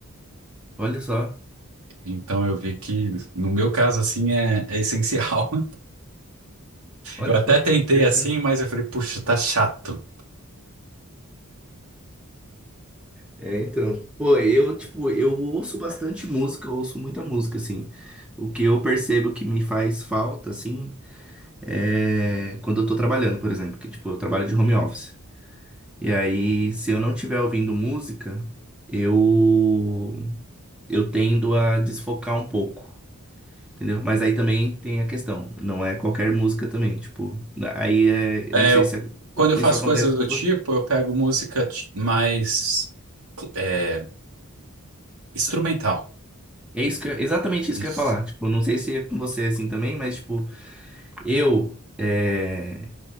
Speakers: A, in the centre; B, on the right.
A: olha só.
B: Então eu vi que, no meu caso, assim, é, é essencial. <laughs>
A: Olha
B: Eu até
A: só.
B: tentei
A: interessante.
B: assim, mas eu falei, puxa, tá chato.
A: É, então, pô, eu, tipo, eu ouço bastante música, eu ouço muita música, assim. O que eu percebo que me faz falta, assim, é quando eu tô trabalhando, por exemplo, que, tipo, eu trabalho de home office. E aí, se eu não estiver ouvindo música, eu, eu tendo a desfocar um pouco. Entendeu? Mas aí também tem a questão, não é qualquer música também, tipo, aí é,
B: É,
A: eu não sei
B: eu-
A: se é,
B: quando eu faço
A: isso acontece
B: coisas do
A: com
B: tipo, eu pego música ti- mais é, instrumental.
A: É isso que eu- exatamente isso
B: Isso.
A: que eu ia falar. Tipo, não sei se é com você assim também, mas tipo, eu é,